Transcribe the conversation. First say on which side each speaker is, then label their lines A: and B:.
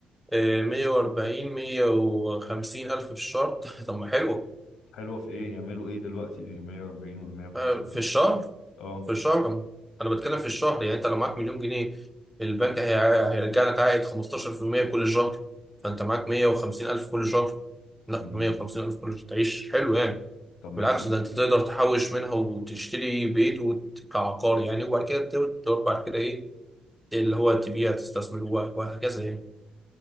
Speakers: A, in the centre; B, on the left.
A: آه، 140 150 الف في الشهر <laughs> طب ما حلو
B: حلوة في ايه يعملوا ايه دلوقتي دي 140 ولا 150
A: آه، في
B: الف
A: الشهر
B: اه
A: في الشهر انا بتكلم في الشهر يعني انت لو معاك مليون جنيه البنك هي- هيرجع لك عائد 15% كل شهر فانت معاك 150 الف كل شهر لا
B: مم.
A: 150 الف كل شهر تعيش حلو يعني
B: طب ماشي
A: بالعكس ده انت تقدر تحوش منها وتشتري بيت وت- كعقار يعني وبعد كده تقدر بعد كده ايه اللي هو تبيع تستثمر وه- وهكذا يعني